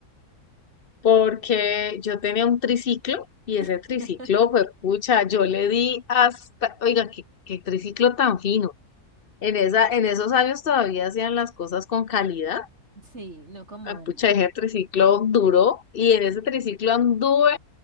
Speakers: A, on the left; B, on the right.
A: porque yo tenía un triciclo y ese
B: <laughs>
A: triciclo fue pucha, yo le di hasta, oiga, qué, qué triciclo tan fino. En esa, en esos años todavía hacían las cosas con calidad.
B: Sí, no como
A: Ah,
B: uno.
A: Pucha, ese triciclo duró y en ese triciclo anduve.